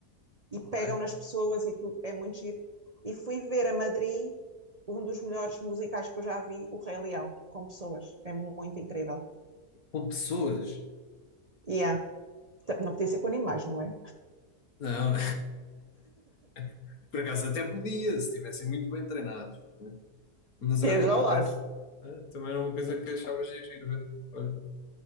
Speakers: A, on the right (about 35°); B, on the left (about 65°).
A: E pegam
B: Ok.
A: nas pessoas e tudo. É muito giro. E fui ver a Madrid um dos melhores musicais que eu já vi, O Rei Leão, com pessoas. É muito incrível.
B: Com pessoas?
A: E yeah. não podia ser com animais, não é?
B: Não, <laughs> por acaso até podia, se estivessem muito bem treinados. né? Mas
A: Viaja
B: olha,
A: já
B: por
A: ao
B: acaso,
A: lado.
B: ah, também era uma coisa que achava giro ir ver. Olha,